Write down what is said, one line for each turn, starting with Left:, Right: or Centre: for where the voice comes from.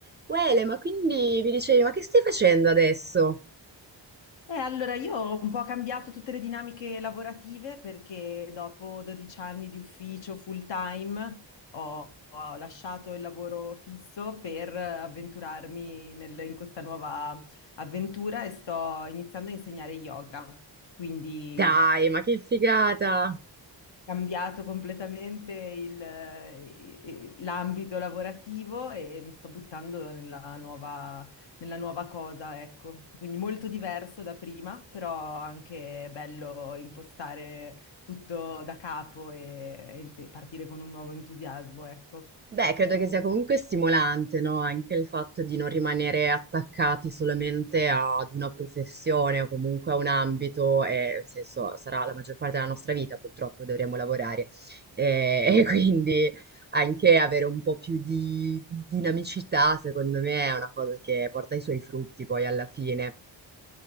Right: Quele, ma quindi mi dicevi, ma che stai facendo adesso?
Left: Eh, allora, io ho un po' cambiato tutte le dinamiche lavorative perché dopo 12 anni di ufficio full time ho, ho lasciato il lavoro fisso per avventurarmi nel- in questa nuova avventura e sto iniziando a insegnare yoga. Quindi
Right: Dai, ma che figata!
Left: cambiato completamente il, eh, l'ambito lavorativo e mi sto buttando nella nuova, nella nuova cosa, ecco. Quindi molto diverso da prima, però anche bello impostare tutto da capo e, e partire con un nuovo entusiasmo, ecco.
Right: Beh, credo che sia comunque stimolante, no? Anche il fatto di non rimanere attaccati solamente ad una professione o comunque a un ambito, e, nel senso, sarà la maggior parte della nostra vita, purtroppo dovremo lavorare. E, <laughs> e quindi anche avere un po' più di dinamicità, secondo me, è una cosa che porta i suoi frutti poi alla fine.